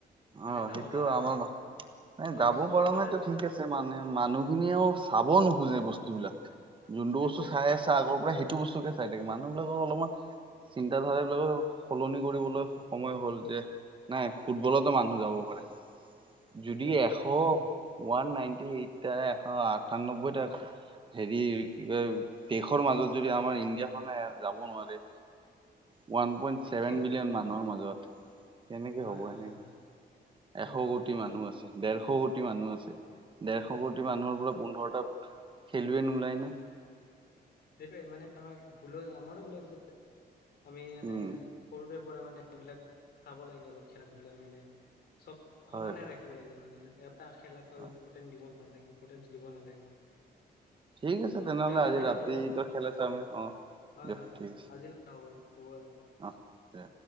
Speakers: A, on the left; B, on the right.
A: মানে
B: অঁ,
A: যাব
B: সেইটো
A: পৰা
B: আমাৰ
A: নাই
B: মা
A: আমাৰ
B: যাব
A: চৰকাৰে
B: পৰা নাইটো ঠিক আছে মানে মানুহখিনিয়েও চাব নোখোজে বস্তু বিলাক। যোনটো
A: সেইটোয়ে
B: বস্তু চাই আছে আছে আগৰ পৰা সেইটো বস্তুকে চাই থাকে। মানুহ বিলাকৰ অলপমান চিন্ত ধাৰাবিলাকো সলনি কৰিবলৈ সময় হ'ল যে নাই ফুটবলত টো মানুহ যাব পাৰে।
A: সেইটো
B: যদি
A: হয়,
B: এশ ওৱান নাইনটি এইট টাই, এশ আঠান্নব্বৈ তাক হেৰি কি কয়? দেশৰ মাজত যদি আমাৰ ইণ্ডিয়াখনে যাব নোৱাৰে ওৱান পইণ্ট
A: ঠিকেই
B: ছেভেন বিলিয়ন মানুহৰ মাজত কেনেকে
A: হয়
B: হ'ব
A: হয়
B: এনেকা
A: হয়
B: এশ
A: নে নহয়
B: কোটি
A: হয়
B: মানুহ আছে, ডেৰশ কোটি মানুহ আছে। ডেৰশ কোটি মানুহৰ পৰা পোন্ধৰটা খেলুৱৈ নোলায় নে'?।
A: সেইটেৱে মানে, আমাৰ ভুল হয়, আমাৰো ভুল আছে। আমি মানে
B: উম
A: সৰুৰে পৰা মানে, এইবিলাক চাব লাগে অলপ খেলা-ধূলা মানে চব
B: হয়
A: সমানে
B: হয়
A: ৰাখিব লাগে মানে, এটা খেলাকে
B: হয়
A: ইম্পৰ্টেণ্ট দিব নালাগে, ইম্পৰ্টেণ্টচ দিব নালাগে।
B: ঠিক আছে তেনেহ'লে
A: দিয়ক
B: আজি
A: আজিলৈ
B: ৰাতি
A: হ'ব
B: ত' খেলা চামে। অঁ,
A: হয়
B: দিয়ক
A: হয় হয়
B: ঠিক আছে।
A: আজিলৈ হ'ব থোৱা।
B: অঁহ্ দে।